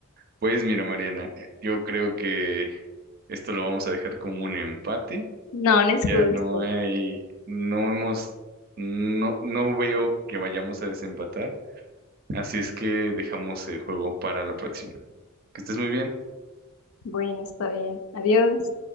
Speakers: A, on the right; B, on the left.
A: Pues mira, Mariana, eh, yo creo que esto lo vamos a dejar como un empate.
B: No, no
A: Ya
B: es justo.
A: no hay, no hemos, no, no veo que vayamos a desempatar. Así es que dejamos el juego para la próxima. Que estés muy bien.
B: Bueno, está bien. Adiós.